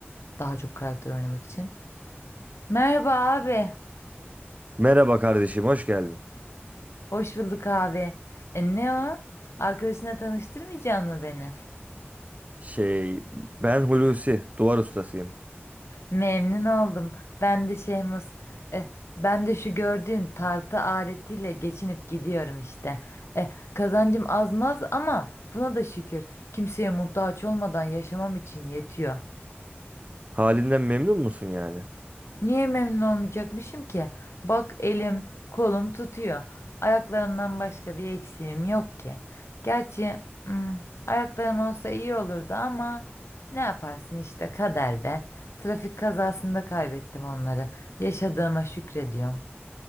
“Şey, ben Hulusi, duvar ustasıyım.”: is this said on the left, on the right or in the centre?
Right